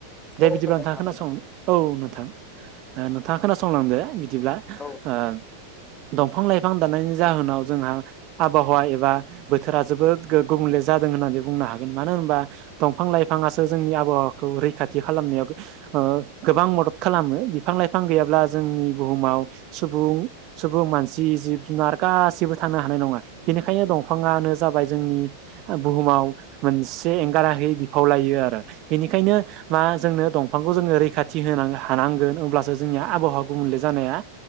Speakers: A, on the right (about 40°); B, on the left (about 20°).
A: दे
B: औ
A: बिदिब्ला
B: फोरमायनो
A: नोंथाङा
B: हागोन
A: खोनासं
B: नोंथां
A: औ नोंथां नोंथाङा खोनासंलांदो बिदिब्ला
B: औ
A: ओ दंफां लाइफां दानायनि जाहोनाव जोंहा आबहावा एबा बोथोरा जोबोद गुबुंले जादों होननानै बुंनो हागोन मानो होनबा दंफां लाइफाङासो जोंनि आबहावाखौ रैखाथि खालामनायाव ओ गोबां म दद खालामो बिफां लाइफां गैयाब्ला जोंनि बुहुमाव सुबुं सुबुं मानसि जिब जुना र गासिबो थानो हानाय नङा बेनिखायनो दंफाङानो जाबाय जोंनि ओ बुहुमाव मोनसे एंगार हायै बिफाव लायो आरो बेनिखायनो मा जोंनो दंफांखौ जोङो रैखाथि होनांग हानांगोन हब्लासो जोंनि आबहावा गुबले जानाया